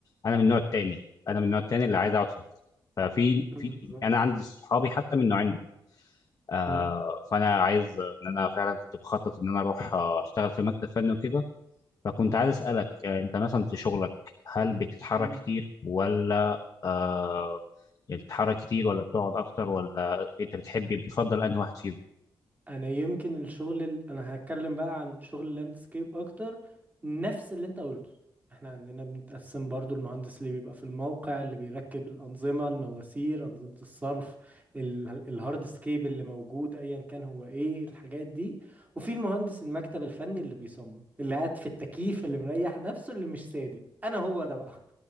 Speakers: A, on the left; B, on the right.
A: انا من النوع التاني انا من النوع التاني اللي عايز اقعد في المكتب ففي
B: بالظبط
A: في انا عندي صحابي حتى من النوعين دول آه
B: أمم.
A: فانا عايز ان انا فعلا كنت بخطط ان انا اروح آه، اشتغل في مكتب فني وكده فكنت عايز اسالك آه، انت مثلا في شغلك هل بتتحرك
B: أمم.
A: كتير ولا آه يعني بتتحرك كتير ولا بتقعد اكتر ولا انت بتحبي بتفضل انهي واحد فيهم
B: انا يمكن الشغل ال... انا هتكلم بقى عن شغل اللاندسكيب اكتر نفس اللي انت قلته احنا عندنا بنتقسم برضو المهندس اللي بيبقى في الموقع اللي بيركب الانظمه المواسير انظمه الصرف ال... الهارد سكيب اللي موجود ايا كان هو ايه الحاجات دي وفي المهندس المكتب الفني اللي بيصمم اللي قاعد في التكييف اللي مريح نفسه اللي مش سادي انا هو ده بقى <laughs>